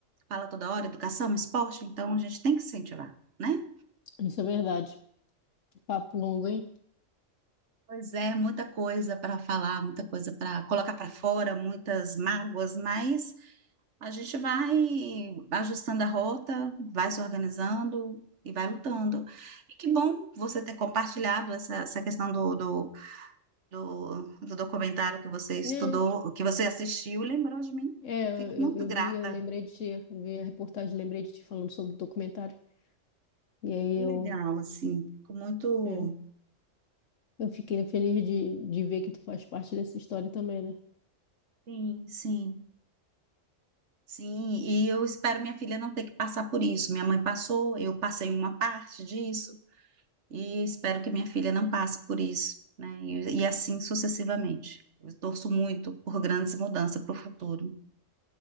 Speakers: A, on the right; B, on the left.
A: fala toda hora, educação, esporte, então a gente tem que incentivar, né?
B: Isso é verdade. Papo longo, hein?
A: Pois é, muita coisa para falar, muita coisa para colocar para fora, muitas mágoas, mas a gente vai ajustando a rota, vai se organizando e vai lutando. E que bom você ter compartilhado essa, essa questão do, do, do, do documentário que você estudou,
B: É,
A: que você assistiu, lembrou de mim.
B: é
A: Fico muito
B: eu, eu
A: grata.
B: vi, eu lembrei de ti, eu vi a reportagem, lembrei de ti falando sobre o documentário. E aí
A: Que legal,
B: eu,
A: assim. Fico muito.
B: é, eu fiquei feliz de, de ver que tu faz parte dessa história também, né?
A: Sim, sim. Sim, e eu espero minha filha não ter que passar por isso. Minha mãe passou, eu passei uma parte disso, e espero que minha filha não passe por isso, né? E, e assim sucessivamente. Eu torço muito por grandes mudanças para o futuro.